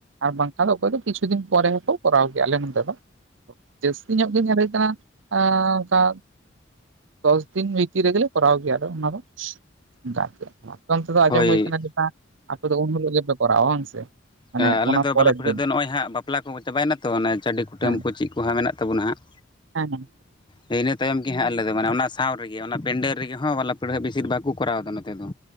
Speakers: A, on the right; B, on the left.
A: ᱟᱨ ᱵᱟᱝᱠᱷᱟᱱ ᱫᱚ ᱚᱠᱚᱭ ᱫᱚ ᱠᱤᱪᱷᱩ ᱫᱤᱱ ᱯᱚᱨᱮ ᱦᱚᱸᱠᱚ ᱠᱚᱨᱟᱣ ᱜᱮᱭᱟ, ᱟᱞᱮ ᱱᱚᱰᱮ ᱫᱚ᱾ ᱡᱟᱹᱥᱛᱤ ᱧᱚᱜ ᱜᱤ ᱧᱮᱞ ᱦᱩᱭ ᱠᱟᱱᱟ ᱟ ᱚᱱᱠᱟ ᱫᱚᱥ ᱫᱤᱱ ᱵᱷᱤᱛᱤᱨ ᱨᱮᱜᱮᱞᱮ ᱠᱚᱨᱟᱣ ᱜᱮᱭᱟ ᱚᱱᱟ ᱫᱚ <unintelligible> ᱟᱯᱮ ᱚᱱᱛᱮ ᱫᱚ ᱟᱸᱡᱚᱢ
B: ᱦᱳᱭ
A: ᱦᱩᱭ ᱟᱠᱟᱱᱟ ᱪᱮᱛᱟ ᱟᱯᱮ ᱫᱚ ᱩᱱ ᱦᱤᱞᱳᱜ ᱜᱮᱯᱮ ᱠᱚᱨᱟᱣᱟ ᱵᱟᱝ ᱥᱮ᱾ ᱢᱟᱱᱮ
B: ᱦᱮᱸ ᱟᱞᱮ
A: ᱚᱱᱟ
B: ᱫᱚ
A: ᱯᱚᱨᱮᱨ
B: ᱵᱟᱞᱟ ᱯᱟᱹᱲᱦᱟᱹᱜ
A: ᱫᱤᱱ
B: ᱫᱚ ᱱᱚᱜᱼᱚᱭ ᱦᱟᱸᱜ ᱵᱟᱯᱞᱟ ᱠᱚ ᱪᱟᱵᱟᱭᱮᱱᱟ ᱛᱚ ᱚᱱᱮ ᱪᱟᱹᱰᱤ ᱠᱩᱴᱟᱹᱢ
A: ᱦᱮᱸ
B: ᱠᱚ ᱪᱮᱫ ᱠᱚ ᱦᱟᱸᱜ ᱢᱮᱱᱟᱜ ᱛᱟᱵᱚᱱᱟ ᱦᱟᱸᱜ᱾
A: ᱦᱮᱸ ᱦᱮᱸ᱾
B: ᱤᱱᱟᱹ ᱛᱟᱭᱚᱢ ᱜᱮ ᱦᱟᱸᱜ ᱟᱞᱮ ᱫᱚ ᱢᱟᱱᱮ ᱚᱱᱟ ᱥᱟᱶ ᱨᱮᱜᱮ ᱚᱱᱟ ᱯᱮᱱᱰᱮᱞ ᱨᱮᱜᱮ ᱦᱚᱸ ᱵᱟᱞᱟ ᱯᱤᱲᱦᱟᱹ ᱵᱮᱥᱤᱨ ᱵᱷᱟᱜᱠᱚ ᱠᱚᱨᱟᱣ ᱮᱫᱟ ᱱᱚᱛᱮ ᱫᱚ᱾